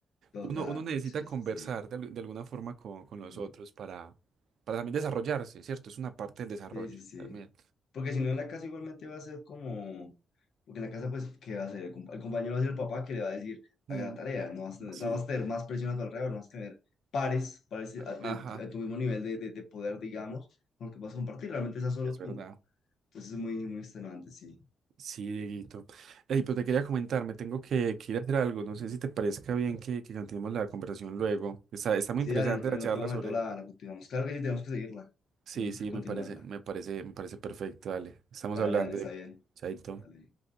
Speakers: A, on the left; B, on the right.
A: total,
B: uno, uno necesita
A: sí,
B: conversar
A: sí,
B: de, al- de alguna forma con, con los
A: sí.
B: otros para, para también desarrollarse, ¿cierto? Es una parte del desarrollo
A: Sí, sí, sí.
B: también.
A: Porque si no, en la casa igualmente va a ser como. Porque en la casa, pues, ¿qué va a hacer? El, compa- el compañero va a ser el papá que le va a decir,
B: Mm,
A: haga la tarea, no vas a tener,
B: sí.
A: no vas a tener más presión a tu alrededor, no vas a tener pares, pares a- de,
B: Ajá,
A: a tu mismo nivel de, de, de poder, digamos, con los que vas a compartir, realmente estás solo
B: es
A: tú.
B: verdad.
A: Entonces es muy, muy extenuante, sí.
B: Sí, Dieguito. Ey, pero te quería comentar, me tengo que, que ir a hacer algo. No sé si te parezca bien que, que continuemos la conversación luego. Está, está muy
A: Sí,
B: interesante
A: dale, en otro,
B: la
A: en
B: charla
A: otro momento
B: sobre...
A: la, la continuamos. Claro que sí, tenemos que seguirla,
B: Sí,
A: tenemos
B: sí,
A: que continuarla.
B: me parece, me parece, me parece perfecto, dale. Estamos
A: Dale,
B: hablando
A: dale, está
B: de
A: bien.
B: Chaito.
A: Dale.